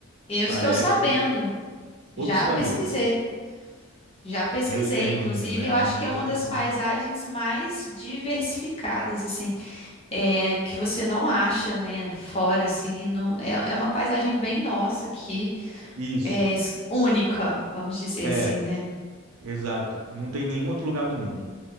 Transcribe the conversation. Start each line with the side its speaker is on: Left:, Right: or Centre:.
Left: Eu
Right: Parece
Left: estou sabendo.
Right: outro
Left: Já
Right: planeta.
Left: pesquisei. Já pesquisei.
Right: É, é lindo,
Left: Inclusive,
Right: né?
Left: eu acho
Right: É um negócio
Left: que é uma das
Right: assim.
Left: paisagens mais diversificadas, assim, é, que você não acha, né? Fora, assim, no- é, é uma paisagem bem nossa aqui,
Right: Isso,
Left: é s- única, vamos dizer
Right: é,
Left: assim, né?
Right: exato. Não tem nenhum outro lugar do mundo.